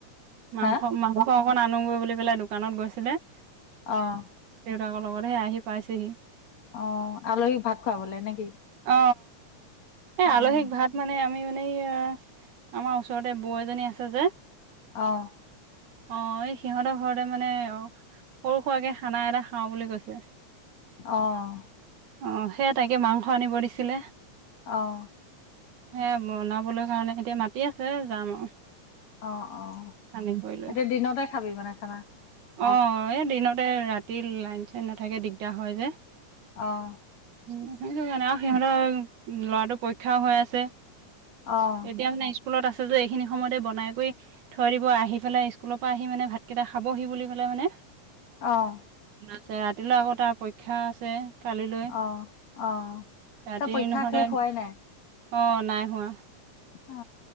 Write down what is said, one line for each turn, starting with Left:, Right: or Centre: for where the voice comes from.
Right: মাংস,
Left: হা
Right: মাংস অকণ আনো <unintelligible> বুলি পেলাই দোকানত গৈছিলে।
Left: অহ
Right: দেউতাকৰ লগত হে আহি পাইছেহি।
Left: অ', আলহীক ভাত খুৱাবলে নেকি?
Right: অ, এই
Left: অ',
Right: আলহীক ভাত মানে আমি মানে এইয়া, আমাৰ ওচৰতে বৌ এজনী আছে যে
Left: আহ।
Right: অ এই সিহঁতৰ ঘৰতে মানে, অ সৰু সোৰাকে খানা এটা খাওঁ বুলি কৈছে।
Left: আহ।
Right: অ সেইয়া তাকে মাংস আনিব দিছিলে।
Left: আহ।
Right: এ বনাবলৈ কাৰণে এতিয়া মাতি আছে যাম আও।
Left: অ অ।
Right: চানি কৰি লৈ,
Left: এতিয়া দিনতে খাবি মানে খানা?
Right: আহ এই দিনতে ৰাতি লাইন-চাইন নাথাকে, দিগদাৰ হয় যে
Left: অ',
Right: উম, সেইটো কাৰণে আৰু সিহঁতৰ ল'ৰাটো পৰীক্ষাও হৈ আছে।
Left: অ',
Right: এতিয়া মানে, আহিছো স্কুলত আছে যে, এইখিনি সময়তে বনাই কৰি থৈ দিব। আহি পেলাই স্কুলৰ পৰা আহি মানে ভাতকেইটা খাবহি বুলি পেলাই মানে
Left: আহ
Right: আ ৰাতিলৈ আকৌ তাৰ পৰীক্ষা আছে। কালিলৈ,
Left: অ', অ',
Right: ৰাতি
Left: তই পৰীক্ষা
Right: নহলে
Left: শেষ হোৱাই নাই?
Right: অ নাই হোৱা।
Left: অ